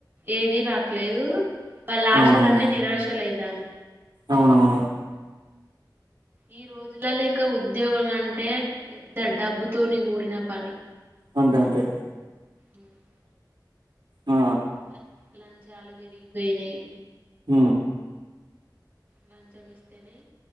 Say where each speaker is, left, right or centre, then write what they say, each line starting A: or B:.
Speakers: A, on the right; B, on the right.
A: ఏది రాట్లేదు. వాళ్ళ ఆశలన్నీ
B: అవునవును
A: నిరాశలైతానేయ.
B: అవునవును
A: ఈ రోజులలో ఇంకా ఉద్యోగం అంటే పెద్ద డబ్బుతోని కూడిన పని.
B: అంతే అంటే
A: ఉమ్,
B: ఆ.
A: ల- లంచాలు పేరిగిపోయినాయి
B: ఊ
A: లంచం ఇస్తేనే